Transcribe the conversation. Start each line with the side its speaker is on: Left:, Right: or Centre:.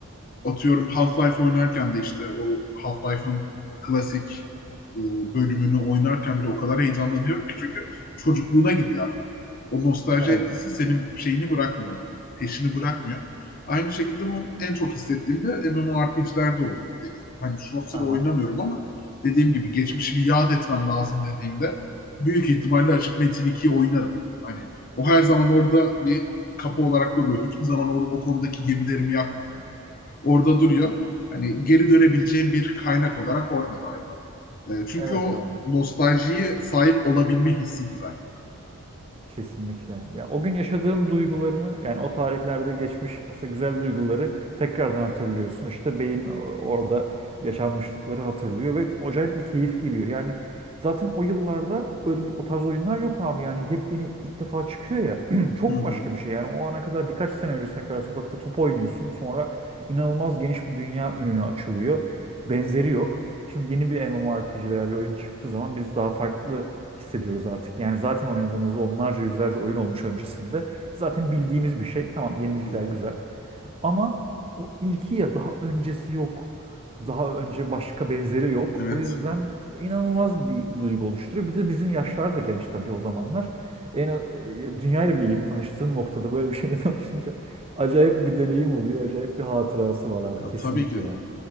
Left: Atıyorum Half-Life oynarken de işte o Half-Life'ın klasik e, bölümünü oynarken bile o kadar heyecanlanıyorum ki çünkü çocukluğuna gidiyor. O nostalji
Right: Evet.
Left: etkisi senin şeyini bırakmıyor, peşini bırakmıyor. Aynı şekilde bu en çok hissettiğimde MMORPG'lerde oluyor dediğim gibi. Hani şu sıra
Right: Aha.
Left: oynamıyorum ama dediğim gibi geçmişimi yad etmem lazım dediğimde büyük ihtimalle açıp Metin 2'yi oynarım. Hani o her zaman orada bir kapı olarak duruyor. Hiçbir zaman orada o konudaki gemilerimi yakmadım ben orada duruyor. Hani geri dönebileceğim bir kaynak olarak orada daima. E, çünkü
Right: Evet
Left: o
Right: abi.
Left: nostaljiye sahip olabilme hissi güzel.
Right: Kesinlikle. Ya o gün yaşadığın duygularını yani o tarihlerde geçmiş aslında güzel duyguları tekrardan hatırlıyorsun. İşte beyin o- orada yaşanmışlıkları hatırlıyor ve acayip bir keyif geliyor. Yani zaten o yıllarda öyle bir o tarz oyunlar yok abi. Yani yepyeni ilk defa çıkıyor ya. <clears throat> Çok
Left: Hı hı,
Right: başka bir şey. Yani o ana kadar birkaç sene öncesine kadar sokakta top oynuyorsun. Sonra inanılmaz geniş bir dünya önüne açılıyor. Benzeri yok. Şimdi yeni bir MMORPG veya bir oyun çıktığı zaman biz daha farklı hissediyoruz artık. Yani zaten oynadığımız onlarca yüzlerce oyun olmuş öncesinde. Zaten bildiğimiz bir şey. Tamam yenilikler
Left: hı hı.
Right: güzel. Ama o ilki ya daha öncesi yok. Daha önce başka benzeri yok.
Left: Evet.
Right: O yüzden inanılmaz bir duygu oluşturuyor. Bir de bizim yaşlar da genç tabii o zamanlar. En, e, dünyayla bile yeni tanıştığım noktada böyle bir şeyle <laughs> tanışınca acayip bir deneyim oluyor. Acayip bir hatırası var abi
Left: Ya,
Right: kesinlikle
Left: tabii ki.
Right: yani.